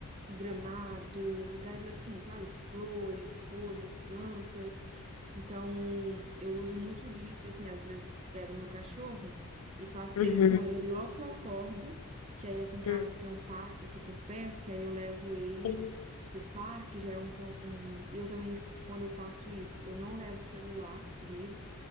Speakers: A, on the right (about 30°); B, on the left (about 80°).
A: gramado, lugares assim, sabe? Flores, folhas, plantas. Então, eu uso muito disso, assim, às vezes pego meu cachorro e passeio
B: uhum,
A: com ele logo que eu acordo, que aí aqui em casa
B: uhum,
A: tem um parque aqui por perto, que aí eu levo ele
B: sim.
A: pro parque, já é um, con- um... E eu também, quando eu faço isso, eu não levo celular comigo,